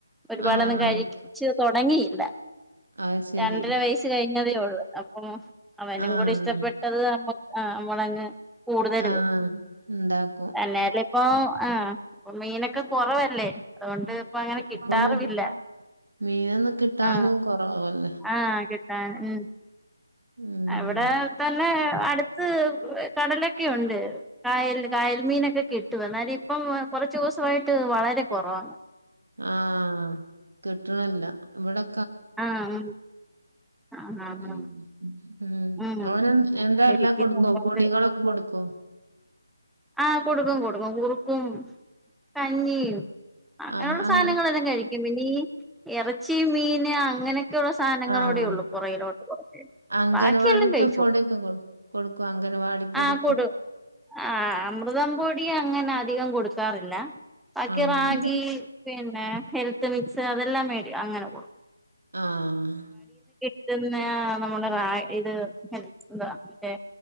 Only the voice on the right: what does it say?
ആഹ്
അത് ശരി
ആഹ്
ആഹ് ഇണ്ടാക്കും
അപ്പൊ മീനൊന്നും കിട്ടാനും
കൊറവല്ലേ
ഉം
ആഹ് കിട്ടണില്ല ഇവിടെ-
ഉം <inaudible> ഉം
ഓന് എൻ എന്താ
എല്ല കൊടുക്കോ പൊടികളൊക്കെ കൊടുക്കോ
ആഹ് അങ്
ആഹ്
അംഗനവാടിത്തെ
പൊടിയൊക്കെ കൊടു കൊടുക്കോ അംഗനവാടി പൊടിയൊക്കെ
ആഹ്
ആഹ്